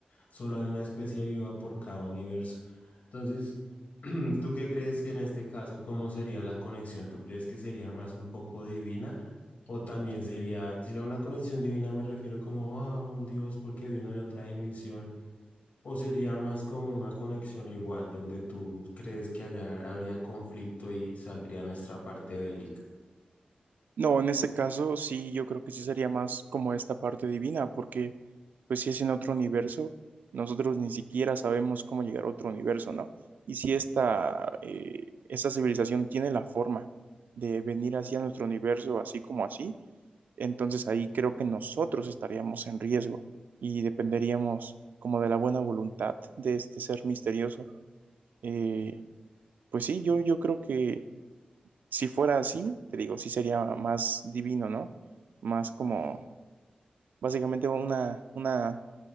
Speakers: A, on the left; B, on the right.
A: solo hay una especie viva por cada universo. Entonces, <clears throat> ¿tú qué crees que en este caso, cómo sería la conexión? ¿Tú crees que sería más un poco divina? O también sería, sería una conexión divina, me refiero como a un Dios porque vino de otra dimensión ¿O sería más como una conexión igual, donde tú crees que allá habría conflicto y saldría nuestra parte bélica?
B: No, en este caso sí, yo creo que sí sería más como esta parte divina, porque pues si es en otro universo, nosotros ni siquiera sabemos cómo llegar a otro universo, ¿no? Y si esta, eh, esta civilización tiene la forma de venir hacia nuestro universo así como así, entonces ahí creo que nosotros estaríamos en riesgo y dependeríamos como de la buena voluntad de este ser misterioso. Eh, pues sí, yo, yo creo que si fuera así, te digo, sí sería más divino, ¿no? Más como, básicamente una, una,